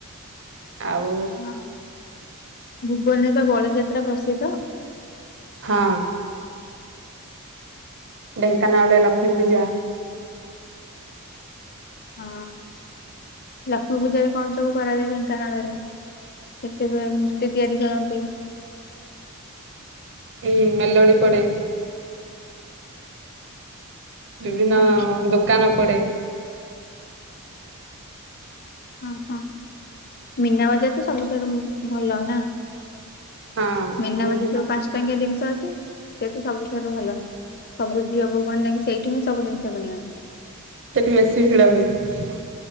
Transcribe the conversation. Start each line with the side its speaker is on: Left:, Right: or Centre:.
Right: ଆଉ
Left: ହଁ ଭୁବନରେ ବା ବଳଯାତ୍ରା ପ୍ରସିଦ୍ଧ।
Right: ହଁ। ଢେଙ୍କାନାଳରେ ଲକ୍ଷ୍ମୀ ପୂଜା।
Left: ହଁ ଲକ୍ଷ୍ମୀ ପୂଜାରେ କଣ ସବୁ କରାଯାଏ ଢେଙ୍କାନାଳରେ? କେତେବେଳେ ମୂର୍ତ୍ତି ତିଆରି କରନ୍ତି?
Right: ହଁ ମେଲୋଡ଼ି ପଡେ। ବିଭିନ୍ନ
Left: ହଁ
Right: ଦୋକାନ ପଡେ।
Left: ହଁ ହଁ ମିନା ବଜାର ତ ସବୁଠାରୁ ଭଲ ନା।
Right: ହଁ
Left: ମିନା
Right: ବିଭିନ୍ନ
Left: ବଜାରରେ ଯୋଉ ପାଞ୍ଚ ଟଙ୍କିଆ ଜିନିଷ ଅଛି ସେ ତୁ ସବୁଠାରୁ ଭଲ। ସବୁ ଝିଅ ବୋହୁ ମାନେ ଯାଇକି ସେଇଠୁ ହିଁ ସବୁ ଜିନିଷ କିଣି ଆଣନ୍ତି।
Right: ସେଠି ବେଶୀ ଭିଡ ହୁଏ।